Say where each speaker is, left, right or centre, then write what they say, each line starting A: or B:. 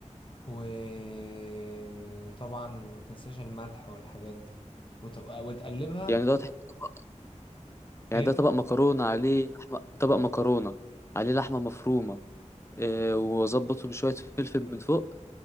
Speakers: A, on the left (about 40°); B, on the left (about 20°).
A: وطبعا ما تنساش الملح والحاجات دي وتبقى وتقلبها
B: يعني دوت هيبقى طبق يعني
A: إيه؟
B: ده طبق مكرونة عليه لحمة طبق مكرونة عليه لحمة مفرومة إيه وأظبطه بشوية فلفل من فوق